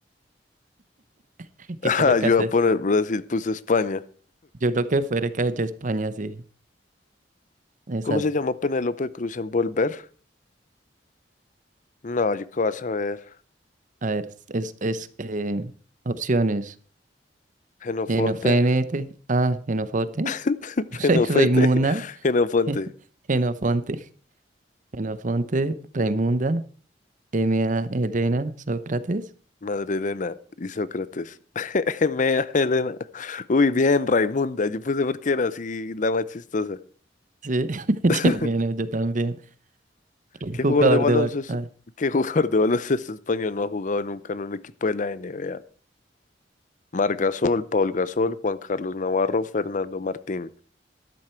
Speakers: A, on the right; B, on the left.
A: <laughs> ¿Qué
B: Ah,
A: colocaste?
B: yo voy a poner Brasil, puse España.
A: Yo lo que fuera que haya España, sí. Esa.
B: ¿Cómo se llama Penélope Cruz en Volver? No, yo qué vas a ver.
A: A ver, es, es eh, opciones.
B: Genofonte,
A: Genofenete, ah, Genofonte
B: <laughs>
A: <laughs> Genoforte,
B: Genofete,
A: Raimunda,
B: Genofonte,
A: <laughs> Genofonte, Genofonte, Raimunda. M.A. Elena Sócrates.
B: Madre Elena y Sócrates. <laughs> Mea Elena. Uy, bien, Raimunda. Yo puse porque era así la más chistosa.
A: Sí, <laughs>
B: <laughs>
A: yo- bueno, yo también. ¿Qué
B: ¿Qué
A: jugador
B: jugador de baloncesto,
A: de bar? ah,
B: qué jugador de baloncesto español no ha jugado nunca en un equipo de la NBA? Marc Gasol, Paul Gasol, Juan Carlos Navarro, Fernando Martín.